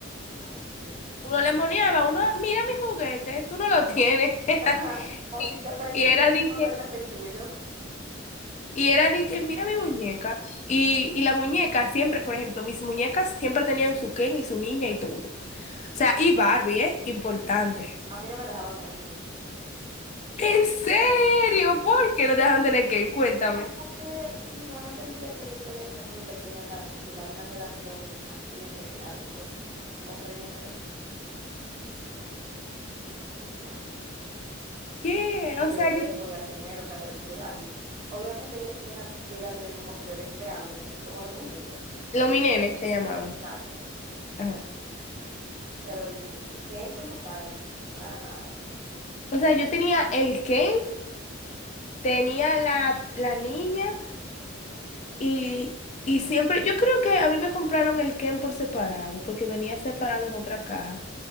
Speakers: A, on the right (about 30°); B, on the left (about 35°).
A: Ay, sí.
B: Uno le moneaba, uno, mira mi juguete, tú no lo tienes. <laughs>
A: Ajá. O
B: Y,
A: si te presto
B: y era
A: el mío, tú
B: de
A: me
B: que,
A: prestas el tuyo.
B: y era de que, mira mi muñeca. Y, y la muñeca siempre, por ejemplo, mis muñecas siempre tenían su Ken y su niña y todo. O sea, y Barbie, ¿eh? Importante.
A: A mí no me dejaban tener que ir.
B: ¿En serio? ¿Por qué no te dejaban tener Ken? Cuéntame.
A: No, porque mi mamá entendía que yo todavía estaba muy pequeña para asimilar una relación así entre adultos, hombre y mujer, así mismo.
B: ¿Qué?
A: Y
B: O
A: bebé
B: sea, yo...
A: podía tener, o sea, de los de Barbie. Obviamente yo sí tenía, llegué a tener como que bebés grandes, así como de muñeco.
B: Los
A: Es-
B: mi nene se llamaban.
A: exacto.
B: Ajá.
A: Pero de que un Ken como tal, para nada.
B: O sea, yo tenía el Ken, tenía la, la niña. Y, y siempre, yo creo que a mí me compraron el Ken por separado, porque venía separado en otra caja.